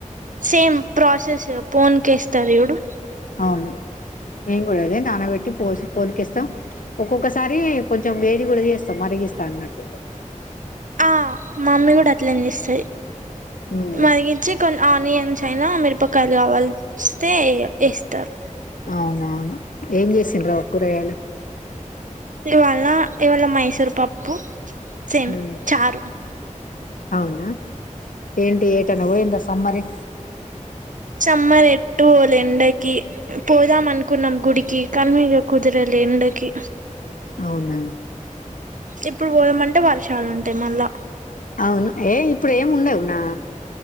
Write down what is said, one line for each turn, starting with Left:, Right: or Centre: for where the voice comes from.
Right: సేమ్ ప్రాసెస్ ఫోన్ కేస్తారు జూడు
Left: అవును మేం గూడ అదే నానబట్టి పోసాం పోన్కేస్తం ఒక్కొక్కసారి కొంచెం వేడి కూడా చేస్తాం మరిగిస్తా అన్నట్టు
Right: ఆ మమ్మీ కూడా అట్లనే చేస్తాది
Left: మ్
Right: మరిగించి కొన్నీ ఆనియన్స్ అయినా మిరపకాయలు కలవాల్సి వస్తే ఏస్తారు
Left: అవునా ఏం చేసిండ్రూ ఒ <unintelligible> కూరగాయలు
Right: ఇవాల్నా ఇవాళ మైసూర్ పప్పు సేమ్
Left: ఉమ్
Right: చారు
Left: ఔనా ఏంటి ఏటన్న పోయింద సమ్మరి
Right: సమ్మర్ ఏట్టు పొల్లె ఎండకి పోదాం అనుకున్నాం గుడికి కన్విగా కుదరలే ఎండకి
Left: అవునా
Right: ఇప్పుడు పోదామంటే వర్షాలుంటాయి మళ్ళా
Left: అవును ఏ ఇప్పుడు ఏం ఉండవు నా